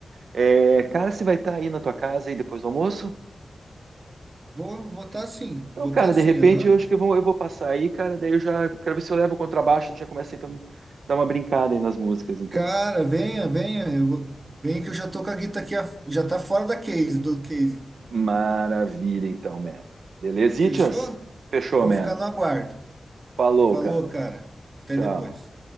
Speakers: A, on the right; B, on the right.
A: É, cara, você vai estar aí na tua casa aí depois do almoço?
B: Vou votar sim,
A: Então,
B: votar
A: cara, de
B: sim,
A: repente
B: aham.
A: eu acho que eu vou, eu vou passar aí, cara. Daí eu já quero ver se eu levo o contrabaixo. A gente já começa então dar uma brincada aí nas músicas, então.
B: Cara, venha, venha. Eu vou... Venha que eu já tô com a guita aqui, a- já tá fora da case, do case.
A: Maravilha, então, man. Beleza,
B: Fechou?
A: Itias? Fechou,
B: Vou
A: man.
B: ficar no aguardo.
A: Falou,
B: Falou,
A: cara.
B: cara. Até
A: Tchau.
B: depois.